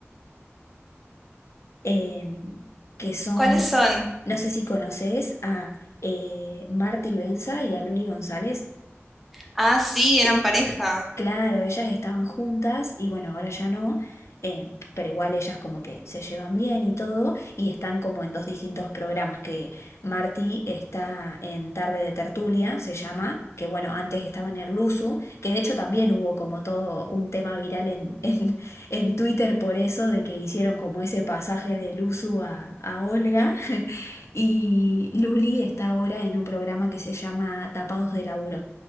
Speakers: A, on the left (about 70°); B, in the centre.
A: em, que son,
B: ¿Cuáles son?
A: no sé si conoces a eh, Marty Benza y a Luli González.
B: Ah, sí, eran pareja.
A: Claro, ellas estaban juntas y bueno, ahora ya no, eh, pero igual ellas como que se llevan bien y todo y están como en dos distintos programas que Martí está en Tarde de Tertulia, se llama, que bueno, antes estaba en el Luzu, que de hecho también hubo como todo un tema viral en, <laughs> en, en Twitter por eso, de que hicieron como ese pasaje de Luzu a, a Olga <laughs> y Luli está ahora en un programa que se llama Tapados de Laburo